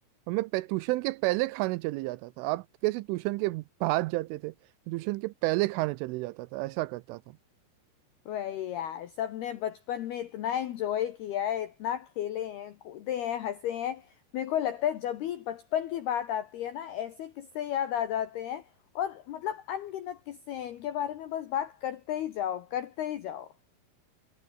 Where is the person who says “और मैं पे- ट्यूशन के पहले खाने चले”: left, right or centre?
Right